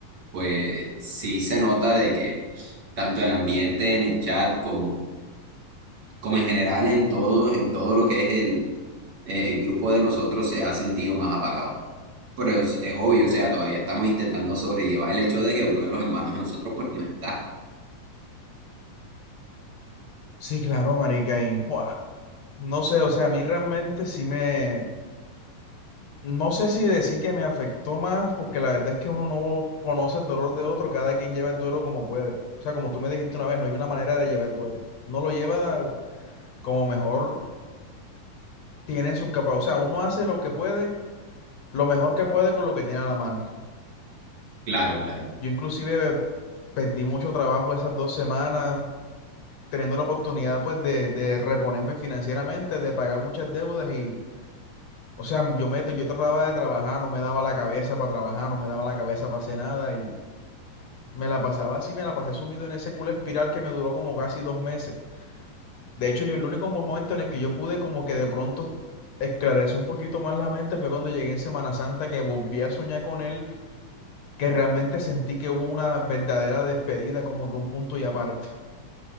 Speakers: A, on the right; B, on the left.
A: pues sí se nota de que tanto el ambiente en el chat como, como en general en todo, en todo lo que es el, eh, el grupo de nosotros se ha sentido más apagado. Pero es, es obvio, o sea, todavía estamos intentando sobrellevar el hecho de que uno de los hermanos de nosotros pues no está.
B: sí, claro, marica, y ¡buah! no sé, o sea, a mí realmente sí me, no sé si decir que me afectó más, porque la verdad es que uno no conoce el dolor de otro, cada quien lleva el duelo como puede. O sea, como tú me dijiste una vez, no hay una manera de llevar el duelo. Uno lo lleva como mejor tiene en sus capacidades. O sea, uno hace lo que puede, lo mejor que puede con lo que tiene a la mano.
A: Claro, claro.
B: Yo inclusive perdí mucho trabajo esas dos semanas, teniendo la oportunidad pues de, de reponerme financieramente, de pagar muchas deudas y, o sea, yo meto yo trataba de trabajar, no me daba la cabeza para trabajar, no me daba la cabeza para hacer nada y me la pasaba así, me la pasé sumido en ese culo espiral que me duró como casi dos meses. De hecho, yo el único momento en el que yo pude como que de pronto esclarecer un poquito más la mente fue cuando llegué en Semana Santa que volví a soñar con él, que realmente sentí que hubo una verdadera despedida, como que un punto y aparte.